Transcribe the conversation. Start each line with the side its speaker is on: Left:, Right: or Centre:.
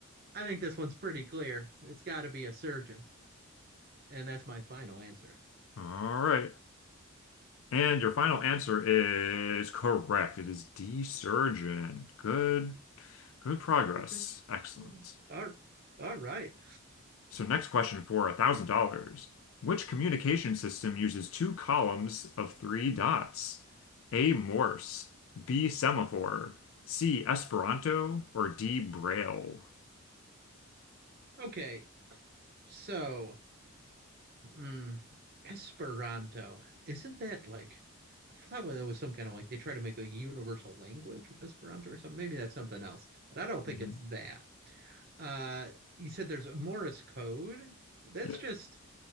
Right: I think this one's pretty clear. It's got to be a surgeon, and that's my final answer.
Left: All right. And your final answer is correct. It is D, surgeon. Good, good progress.
Right: <laughs>
Left: Excellent.
Right: All, all right.
Left: So next question for $1,000. Which communication system uses two columns of three dots? A, Morse, B, semaphore, C, Esperanto, or D, Braille?
Right: Okay. So, mm, Esperanto, isn't that like, I thought that was some kind of like they try to make a universal language with Esperanto or something. Maybe that's something else, but I don't think
Left: Mhm.
Right: it's that. Uh, you said there's a Morse code. That's
Left: The
Right: just